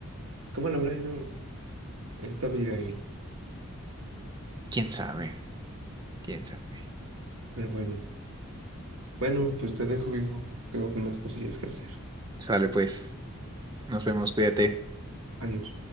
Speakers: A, on the right; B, on the right.
A: ¿Cómo le habrá ido esta Abigail?
B: ¿Quién sabe? ¿Quién sabe?
A: Pero bueno. Bueno, pues te dejo, viejo. Tengo unas cosillas que hacer.
B: Sale pues. Nos vemos, cuídate.
A: Adiós.